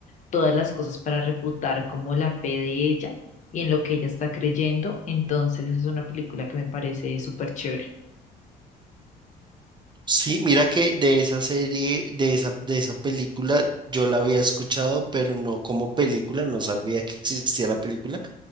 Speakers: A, on the left (about 45°); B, on the right (about 25°).
A: todas las cosas para refutar como la fe de ella y en lo que ella está creyendo, entonces es una película que me parece súper chévere.
B: Sí, mira que de esa serie, de esa, de esa película, yo la había escuchado, pero no como película, no sabía que existía la película,